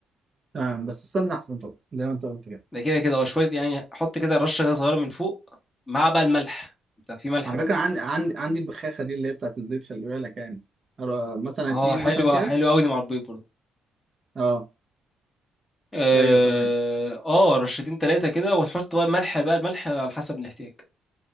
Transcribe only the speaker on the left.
ده كده كده وشويه يعني حط كده رشه غاز صغيره من فوق مع بقى الملح انت في ملح
بقى
اه
حلو
بقى
حلو قوي دي مع البيض برضو
اه
آه، رشتين ثلاثه كده وتحط بقى الملح بقى الملح على حسب الاحتياج